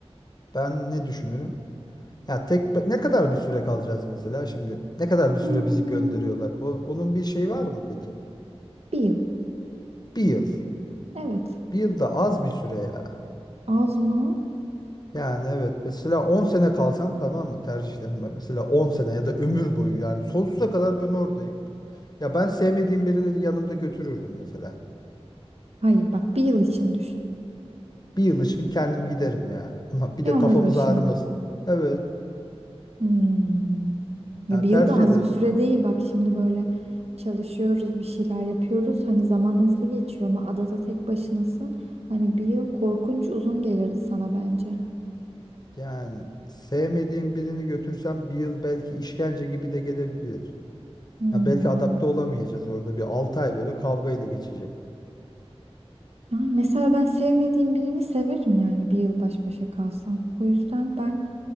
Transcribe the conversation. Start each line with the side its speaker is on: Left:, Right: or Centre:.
Left: ben ne düşünürüm? Ya tek ne kadar bir süre kalacağız mesela şimdi? Ne kadar bir süre
Right: Hmm.
Left: bizi gönderiyorlar? O, onun bir şey var mı peki?
Right: Bir yıl.
Left: Bir yıl.
Right: Evet.
Left: Bir yıl da az bir süre ya.
Right: Az mı?
Left: Yani evet mesela 10 sene kalsam tamam mı tercihlerim var. Mesela 10 sene ya da ömür boyu yani sonsuza kadar ben oradayım. Ya ben sevmediğim birini yanımda götürürdüm mesela.
Right: Hayır bak bir yıl için düşün.
Left: Bir yıl için kendim giderim ya. <laughs> Ama bir
Right: Yalnız
Left: de kafamız
Right: başına.
Left: ağrımasın. Evet.
Right: Hmm. Ya
Left: Ya
Right: bir
Left: tercih
Right: yıl da az
Left: ederim.
Right: bir süre değil bak şimdi böyle çalışıyoruz bir şeyler yapıyoruz hani zaman hızlı geçiyor ama adada tek başınasın hani bir yıl korkunç uzun gelirdi sana bence.
Left: Yani sevmediğim birini götürsem bir yıl belki işkence gibi de gelebilir.
Right: Hmm.
Left: Ya belki adapte olamayacağız orada bir 6 ay böyle kavga ile geçecek.
Right: Yani mesela ben sevmediğim birini severim yani bir yıl baş başa kalsam. O yüzden ben